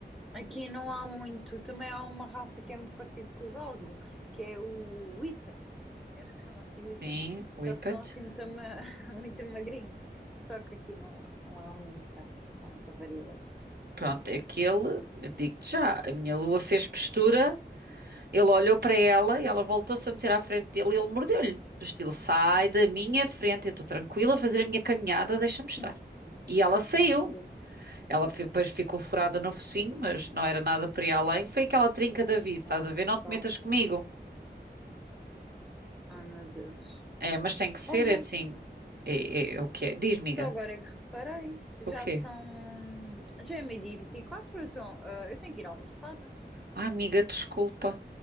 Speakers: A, in the centre; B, on the right.
A: aqui não há muito. Também há uma raça que é muito parecida com o galgo, que é o Whippet. é, Acho que chama assim Whippet.
B: Sim, whippet.
A: Eles são assim muito, ma- <laughs> muito magrinhos. Só que aqui não, não há muita, não há muita variedade.
B: Pronto, é aquele, eu digo-te já, a minha lua fez postura. Ele olhou para ela e ela voltou-se a meter à frente dele e ele mordeu-lhe. Do estilo, sai da minha frente, eu estou tranquila a fazer a minha caminhada, deixa-me
A: <laughs>
B: estar. E ela saiu.
A: Ai, maluco.
B: Ela fi- depois ficou furada no focinho, mas não era nada para ir além. Foi aquela trinca de aviso, estás
A: Nossa,
B: a ver? Não te
A: só.
B: metas comigo.
A: Ai, meu Deus.
B: É, mas tem que ser
A: Olha,
B: é assim. É, é- é o que é? Diz, amiga.
A: só agora é que reparei. Já
B: O quê?
A: são. Já é meio-dia e vinte e quatro Então, ah, eu tenho que ir almoçar.
B: Ai, amiga, desculpa.